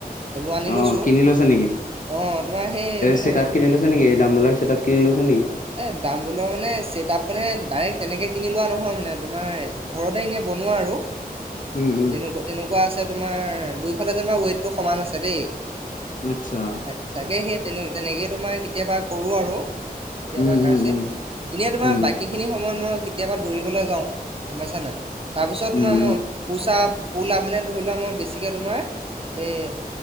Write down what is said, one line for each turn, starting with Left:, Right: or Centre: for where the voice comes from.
Right: সেইবোৰ আনি
Left: অ',
Right: লৈছো
Left: কিনি লৈছে নেকি?
Right: অ তোমাৰ সেই মানে
Left: ছেটআপ কিনি লৈছে নেকি, দাম্বলৰ চেটআপ কিনি লৈছে নেকি?
Right: এ দাম বুলোৱা মানে, চেট আপ মানে ডাইৰেক্ট তেনেকে কিনি লোৱা নহয় মানে, তোমাৰ ঘৰতে এনে বনোৱা আৰু।
Left: উম উম
Right: তেনেকুৱা তেনেকুৱা আছে, তোমাৰ দুইফালে যেনিবা ৱেইটটো সমান আছে দেই।
Left: আচ্ছা
Right: তাকে, তাকে, সেই তেনে তেনেকে তোমাৰ কেতিয়াবা কৰোঁ আৰু। কেতিয়াবা
Left: উম
Right: কাৰচিত,
Left: উম উম
Right: এনেই তোমাৰ
Left: উম
Right: বাকী খিনি সময়ত মই কেতিয়াবা দৌৰিবলৈ যাওঁ, গম পাইছা নাই। তাৰপিছত
Left: উম
Right: তোমাৰ মই পোচাপ পোলা মানে ধৰি লোৱা মই বেছিকে তোমাৰ এ